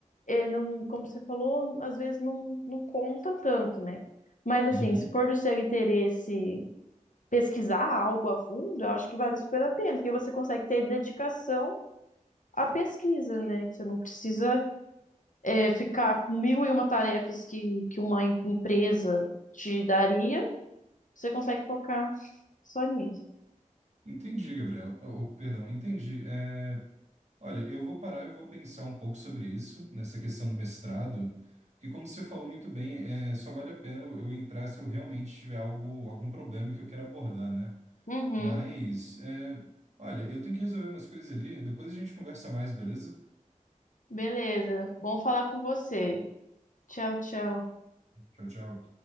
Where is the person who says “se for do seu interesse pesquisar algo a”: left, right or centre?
Left